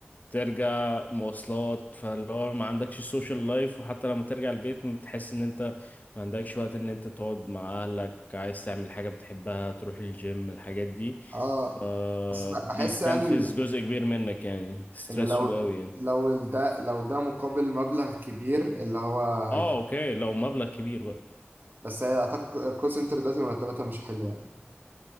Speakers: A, on the left (about 40°); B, on the right (about 45°).
A: ترجع مواصلات فاللي هو ما عندكش سوشيال لايف وحتى لما ترجع البيت بتحس ان انت ما عندكش وقت ان انت تقعد مع اهلك عايز تعمل حاجة بتحبها تروح الجيم الحاجات دي
B: اه
A: فبيستنفذ
B: بس ب- بحس يعني ان
A: جزء كبير منك يعني ستريسفول
B: ان لو
A: قوي يعني
B: لو ده لو ده مقابل مبلغ كبير اللي هو
A: اه
B: هي
A: اوكي لو مبلغ كبير بقى
B: بس هي اعتقد الكول سنتر دلوقتي مرتباتها مش حلوه يعني